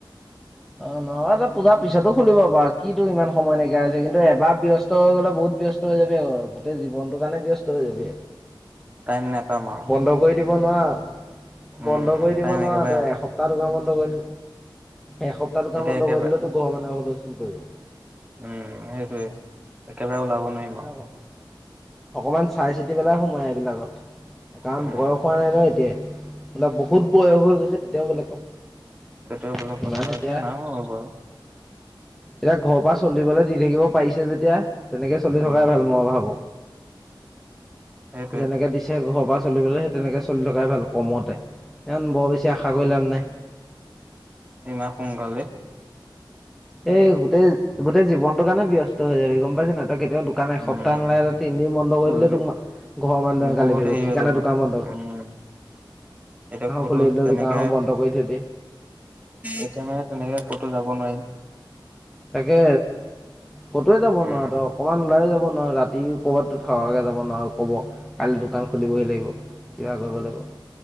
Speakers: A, in the centre; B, on the right.
A: অ নহয় তই পূজাৰ পিছতো খুলিব পাৰ কি তটো ইমান সময় নাইকিয়া হৈছে কিন্তু এবাৰ ব্যস্ত হৈ গ'লে বহুত ব্যস্ত হৈ যাবি আক গোটেই জীৱনটো কাৰণে ব্যস্ত হৈ যাবি
B: টাইম নাপাম আৰু
A: বন্ধ কৰি দিব নুৱা
B: উম
A: বন্ধ কৰি দিব
B: টাইম
A: নোৱাৰা
B: একেবাৰে
A: তই এসপ্তাহ দোকান বন্ধ কৰি এসপ্তাহটো কামত
B: এতিয়া একেবাৰে
A: লগাই দিলেতো গৰ মানে হুলস্থল কৰিব
B: উম সেইটোয়ে একেবাৰে ওলাব নোৱাৰিম
A: সেইকাৰণে
B: আৰু
A: ক অকমান চাই চিতি পেলাই সোমাই এইবিলাকত কাৰণ
B: উম,
A: বয়স হোৱা নাই ন এতিয় এইলাক বহুত বয়স হৈ গৈছে তেতিয়াও বেলেগ কথা
B: সেইটোয়ে বোলো কথা
A: ইমান এতিয়া
B: এই নাই হোৱা বাউ
A: এতিয়া ঘৰ পা চলিবলে দি থাকিব পাৰিছে যেতিয়া তেনেকে চলি
B: উম,
A: থকাই ভাল মই ভাবো
B: সেইটোৱে
A: যেনেকে দিছে ঘৰৰ পৰা চলিবলে সেই তেনেকে চলি থকাই ভাল কমতে বৰ বেছি আশা কৰি লাভ নাই
B: এইমাহ সোনকালে
A: এই গোটেই গোটেই জীৱনটো কাৰণে ব্যস্ত হৈ যাবি গম পাইছ নাই তই কেতিয়াবা দোকান এসপ্তাহ
B: উম,
A: নালাগে তই তিনদিন বন্ধ কৰি
B: ফুললি
A: দিলেও তোক ঘৰৰ মানুহে গালি
B: বহুত
A: দিব
B: হেৰি
A: কি
B: হৈ
A: কাৰণে
B: যাব।
A: দোকান বন্ধ
B: উম
A: কৰিলি
B: এতিয়া কটো
A: খুলি দিলোঁ
B: তেনেকে
A: দোকানখন বন্ধ কৰি থৈ দিয়ে
B: এতিয়া মানে তেনেকে ক'তো যাব নোৱাৰিম।
A: তাকে কটোৱে যাব
B: উম,
A: নোৱাৱ তই অকমান ওলাই যাব নোৱাৰ ৰাতি ক'বাততো থাকাকে যাব নোৱাৰ কব কাইলৈ দোকান খুলিবই লাগিব কিবা কৰিব লাগিব।